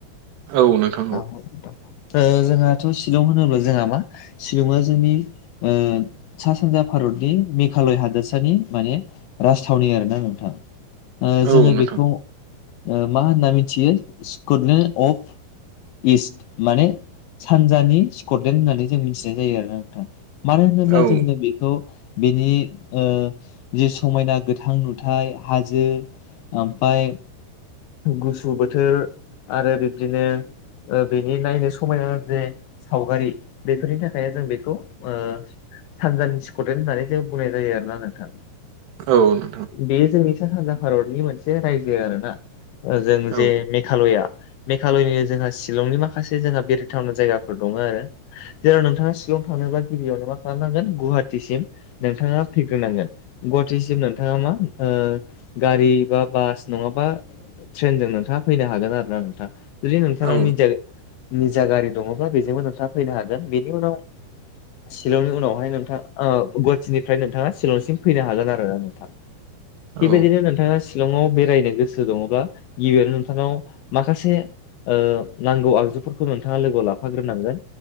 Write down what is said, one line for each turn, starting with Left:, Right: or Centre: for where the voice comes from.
Right: औ नोंथां
Left: औ। ओ जोंहाथ' शिलं होनोब्ला जोंहा मा शिलंआ जोंनि ओ सा सानजा भारतनि मेघालय हादोरसानि माने राजथावनि आरोना नोंथां ओ
Right: औ
Left: जोङो
Right: नोंथां
Left: बेखौ ओ मा होनना मिथियो स्कुटन अफ इस्ट माने सानजानि सिकरदेन होननानै जों मिथिनाय जायो आरोना नोंथां। मानो होनोब्ला
Right: औ
Left: जोङो बेखौ बेनि ओ जे समायना गोथां नुथाय हाजो ओमफाय गुसु बोथोर आरो बिब्दिनो ओ बेनि नायनो समायना जे सावगारि बेफोरनि थाखायनो जों बेखौ ओ सानजानि स्कडे होननानै जों बुंनाय जायो आरोना नोंथां।
Right: औ नोंथां
Left: बे जोंनि सा सानजा भारतनि मोनसे रायजो आरो ना जों
Right: औ
Left: जे मेघालया मेघालयनि जोंहा शिलंनि माखासे जोंहा बेरथावना जायगाफोर दङ आरो। जेराव नोंथाङा सिगाङाव थाङोबा गिबियावनो मा खालामनांगोन गुवाहाटिसिम नोंथाङा फैग्रोनांगोन गुवाहाटिसिम नोंथाङा मा ओ गारि बा बास नङाबा ट्रेनजों नोंथाङा फैनो हागोन आरो ना नोंथाङा। जुदि नोंथांनाव
Right: औ
Left: निजा निजा गारि दङब्ला बेजोंबो नोंथां फैनो हागोन बेनि उनाव शिलंनि उनावहाय नोंथां ओ गुवाहाटिनिफ्राय नोंथाङा शलंसिम फैनो हागोन आरो ना नोंथां।
Right: औ
Left: खिबायदिनो नथाङा सि शलंआव बेरायनो गोसो दङब्ला गिबियावनो नोंथांनाव माखासे ओ नांगौ आगजुफोरखौ नोंथाङा लोगोआव लाफाग्रोनांगोन